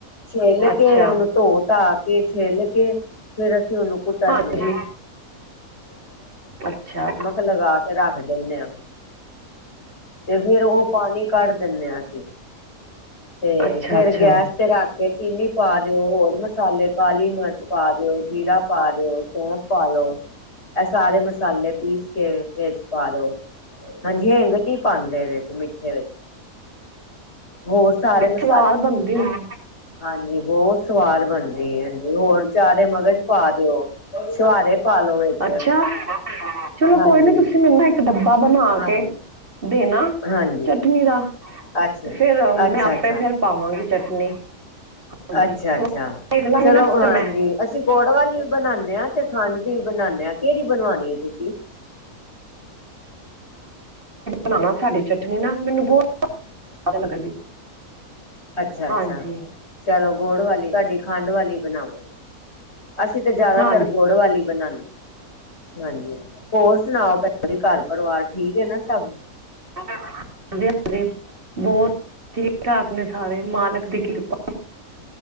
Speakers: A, on the left; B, on the right.
A: ਛਿੱਲ
B: ਅੱਛਾ
A: ਕੇ ਉਹਨੂੰ ਧੋ ਧਾ ਕੇ, ਛਿੱਲ ਕੇ ਫ਼ਿਰ ਅਸੀਂ ਉਹਨੂੰ ਕੁਤਰਨੇ
B: ਹਾਂਜੀ
A: ਹਾਂ।
B: ਅੱਛਾ।
A: ਲਗਾ ਕੇ ਰੱਖ ਦਿੰਨੇ ਆ ਤੇ ਫੇਰ ਉਹ ਪਾਣੀ ਕੱਢ ਦਿੰਨੇ ਆ ਅਸੀਂ, ਤੇ
B: ਅੱਛਾ
A: ਫ਼ਿਰ
B: ਅੱਛਾ
A: ਗੈਸ ਤੇ ਰੱਖਕੇ ਚੀਨੀ ਪਾ ਦਿਓ, ਹੋਰ ਮਸਾਲੇ ਕਾਲੀ ਮਰਚ ਪਾ ਦਿਓ, ਜੀਰਾ ਪਾ ਦਿਓ ਸੋਂਫ ਪਾਲੋ, ਐ ਸਾਰੇ ਮਸਾਲੇ ਪੀਸਕੇ ਵਿੱਚ ਪਾਲੋ। ਹਾਂਜੀ ਹਿੰਗ ਨੀ ਪਾਂਦੇ ਇਹਦੇ'ਚ ਮਿੱਠੇ ਵਿੱਚ, ਹੋਰ ਸਾਰੇ ਮਸਾ
B: ਸਵਾਲ ਬੰਦੀ ਹੁੰਦੀ
A: ਹਾਂਜੀ, ਬ੍ਹੋਤ ਸਵਾਦ ਬਣਦੀ ਏ, ਹਾਂਜੀ, ਹੋਰ ਚਾਰੇ ਮਗਜ਼ ਪਾ ਦਿਓ, ਛੁਹਾਰੇ ਪਾਲੋ ਵਿੱਚ।
B: ਅੱਛਾ ਚਲੋ
A: ਹਾਂਜੀ,
B: ਕੋਈ ਨੀ, ਤੁਸੀ ਮੈਨੂੰ ਇੱਕ ਡੱਬਾ ਬਨਾਕੇ
A: ਹਾਂਜੀ,
B: ਦੇਨਾ
A: ਹਾਂਜੀ।
B: ਚਟਨੀ ਦਾ,
A: ਅੱਛਾ,
B: ਤੇ ਫੇਰ ''ਮੈਂ
A: ਅੱਛਾ,
B: ਆਪੇ
A: ਅੱਛਾ,
B: ਫ਼ਿਰ ਪਾਵਾਂਗੀ ਚਟਨੀ। ਹਾਂਜੀ
A: ਅੱਛਾ-ਅੱਛਾ,
B: ਸਵਾਦ ਦੇਖ ਲਾਂਗੀ
A: ਚਲੋ
B: ਨਾ ਫਿਰ
A: ਹਾਂਜੀ,
B: ਮੈਂ
A: ਅਸੀ ਗੋੜ ਵਾਲੀ ਵੀ ਬਣਾਂਨੇ ਆ, ਤੇ ਖੰਡ ਦੀ ਵੀ ਬਣਾਂਨੇ ਆ, ਕਿਹੜੀ ਬਣਵਾਣੀ ਏ ਤੁਸੀਂ?
B: ਬਣਾਉਣਾ ਸਾਡੀ ਚਟਨੀ ਨਾ, ਮੀਨੂੰ ਬਹੁਤ ਸਵਾਦ ਲੱਗਦੀ।
A: ਅੱਛਾ-ਅੱਛਾ,
B: ਹਾਂਜੀ
A: ਚਲੋ ਗੋੜ ਵਾਲੀ, ਤੁਹਾਡੀ ਖੰਡ ਵਾਲੀ ਬਣਾਉੰ। ਅਸੀਂ ਤੇ ਜਿਆਦਾਤਰ
B: ਹਾਂਜੀ
A: ਗੁੜ ਵਾਲੀ ਬਣਾਂਨੇ। ਹਾਂਜੀ, ਹੋਰ ਸੁਣਾਓ ਭੈਣ ਜੀ ਘਰ-ਪਰਿਵਾਰ ਠੀਕ ਏ ਨਾ, ਸਭ?
B: ਹਾਂਜੀ-ਹਾਂਜੀ, ਬੋਤ ਠੀਕ-ਠਾਕ ਨੇ ਸਾਰੇ, ਮਾਲਕ ਦੀ ਕਿਰਪਾ